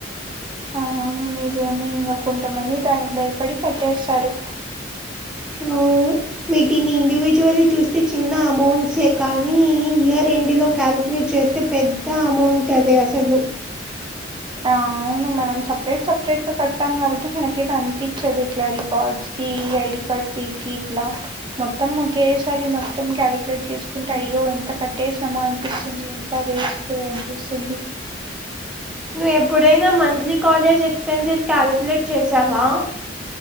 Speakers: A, on the right; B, in the centre.
A: ఆ అవును నిజమే ఇంగా కొంతమంది దానికి భయపడి కట్టేస్తారు
B: అవును వీటిని ఇండివిజువల్లీ చూస్తే చిన్న అమౌంట్సే కానీ ఇయర్ ఎండ్ లో కాలిక్యులేట్ చేస్ తే పెద్ద అమౌంట్ అదే అసలు
A: అవును మనం సపరేట్ సపరేట్ గా కడతాము కాబట్టి మనకి ఏమి అనిపించదు ఇట్లా రికార్డ్స్ కి ఐడి కార్డ్ ఫీ కి ఇట్లా మొత్తం ఒకేసారి మొత్తం కాలిక్యులేట్ చేసుకుంటే అయ్యో ఇంత కట్టేస్నమా అనిపిస్తుంది తా వేస్ట్ అనిపిస్తుంది
B: నువ్ ఎప్పుడైనా మంత్లీ కాలేజ్ ఎక్స్పెన్సెస్ క్యాలుక్లెట్ చేసావా